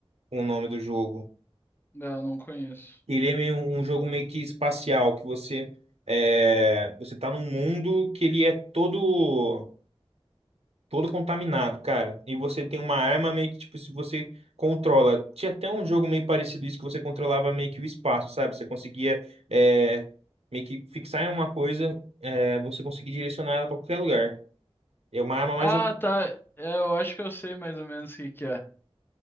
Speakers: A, on the right; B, on the left.
A: o nome do jogo.
B: Eu não conheço.
A: Ele é meio, um jogo meio que espacial, que você é, você tá num mundo que ele é todo todo contaminado, cara. E você tem uma arma meio que tipo se você controla. Tinha até um jogo meio parecido isso que você controlava meio que o espaço, sabe? Você conseguia é, meio que fixar em uma coisa, é, você conseguia direcionar ela pra qualquer lugar. É uma arma mais
B: Ah,
A: ou-
B: tá. É, eu acho que eu sei mais ou menos o que que é.